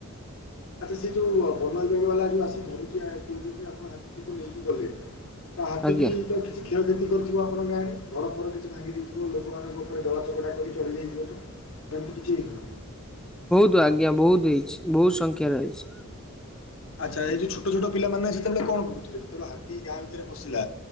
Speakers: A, on the left (about 65°); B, in the centre.
A: ଆଚ୍ଛା ସେ ଯୋଉ ବନବିଭାଗ ବାଲା ଯୋଉ ଆସି ଧରିକିଆ କହୁଛନ୍ତି ଆପଣ ହାତିକୁ ନେଇକି ଗଲେ। ହାତୀ
B: ଆଜ୍ଞା
A: ଟି ତ କିଛି କ୍ଷଅ କ୍ଷତି କରିଥିବ ଆପଣ ଗାଁରେ ଘରଫର କିଛି ଭାଙ୍ଗି ଦେଇଥିବ ଲୋକମାନଙ୍କ ଉପରେ ଦଳାଚକଟା କରି ଚଳି ଯାଇଥିବ ତ। ସେମିତି କିଛି ହେଇନି?
B: ତୁ ଆଜ୍ଞା ବୋହୁତ ହେଇଚି ବୋହୁ ସଂଖ୍ୟା ରେ ହେଇଚି।
A: ଆଚ୍ଛା ଏଇ ଯୋଉ ଛୋଟ ଛୋଟ ପିଲାମାନେ ସେତେବେଳେ କଣ କରୁଥୁଲେ ଯେତେବେଳେ ହାତୀ ଗାଁ ଭିତରେ ପଶିଲା?